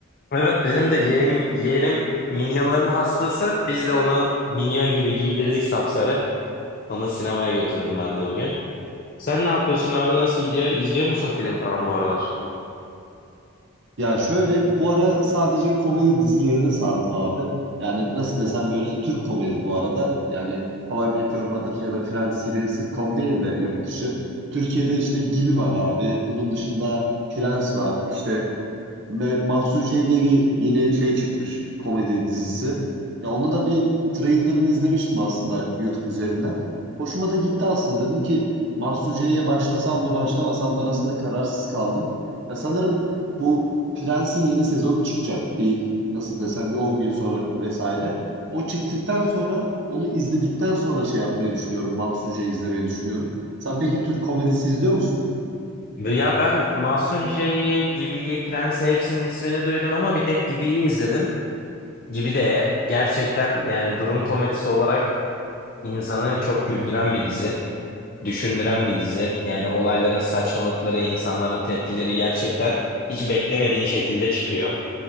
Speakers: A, on the left; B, on the right.
A: Evet benim de yeğen, yeğenim Minyonların hastası. Biz de onu Minyon gibi giydirdik sapsarı. Onu sinemaya götürdüm ben de bugün. Sen ne yapıyorsun abi nasıl gidiyor? İzliyor musun film falan bu aralar?
B: Ya şöyle bu ara sadece komedi dizilerine sardım abi. Yani nasıl desem böyle Türk komedi bu arada. Yani How I Met Your Mother ya da Friends gibi sitcom değil de yurt dışı. Türkiye'de işte Gibi var abi. Bunun dışında Prens var. İşte Me- Mahsun J. diye yeni şey çıkmış komedi dizisi. Ya onda da bir trailerını izlemiştim aslında YouTube üzerinden. Hoşuma da gitti aslında. Dedim ki Mahsun J'ye başlasam mı başlamasam mı arasında kararsız kaldım. Ya sanırım bu Prens'in yeni sezonu çıkacak. Bir nasıl desem bir 10 gün sonra vesaire. O çıktıktan sonra onu izledikten sonra şey yapmayı düşünüyorum. Mahsun J'yi izlemeyi düşünüyorum. Sen peki Türk komedisi izliyor musun?
A: Ya ben Mahsun J'yi, Gibi'yi, Prens'i hepsinin ismini duydum ama bir tek Gibi'yi izledim. Gibi de gerçekten yani durum komedisi olarak İnsanı çok güldüren bir dizi, düşündüren bir dizi. Yani olayların saçmalıkları, insanların tepkileri gerçekten hiç beklemediğin şekilde çıkıyor.